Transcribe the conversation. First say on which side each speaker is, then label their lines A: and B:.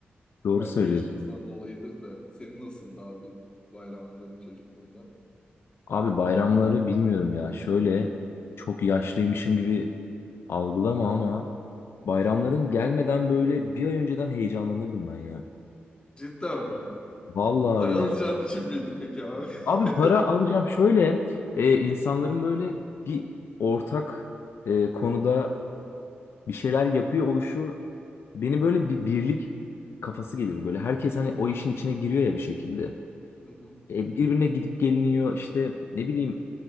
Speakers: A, on the left; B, on the left.
A: Doğru
B: Belki
A: söylüyorsun.
B: yaşımızdan dolayıdır da. Senin nasıldı abi bayramların çocukluğunda?
A: Abi bayramları bilmiyorum ya. Şöyle çok yaşlıymışım gibi algılama ama bayramların
B: Hı hı.
A: gelmeden böyle bir ay önceden heyecanlanırdım ben ya.
B: Cidden mi?
A: Vallahi
B: Para
A: öyle.
B: alacağın için miydi peki abi?
A: Abi
B: <laughs>
A: para alacağım şöyle e, insanların böyle bir ortak e, konuda bir şeyler yapıyor oluşu beni böyle bir birlik kafası gelir böyle. Herkes hani o işin içine giriyor ya bir şekilde.
B: Hı hı.
A: E, birbirine gidip geliniyor işte ne bileyim